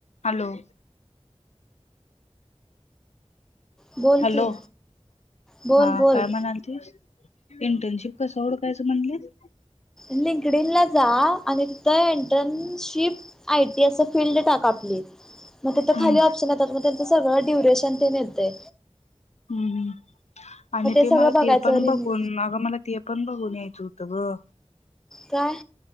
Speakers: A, on the left; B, in the centre.
A: Hello.
B: बोल
A: hello
B: की बोल
A: हा
B: बोल
A: काय म्हणालतीस? इंटर्नशिप कस ओडकायचं म्हणलीस?
B: लिंकडन ला जा आणि तिथ एंटरनशिप आयटी असं फील्ड टाका प्लीज. मग ते तर
A: हम्म
B: खाली प्शन आहे त्या म सगळं ड्युरेशन तेन येतय
A: हम्म आणि ते
B: सगळं
A: मला
B: बघायचं
A: ते पण
B: रिमूव
A: बघून अगं मला ते पण बघून यायचं होत. <unintelligible>
B: काय?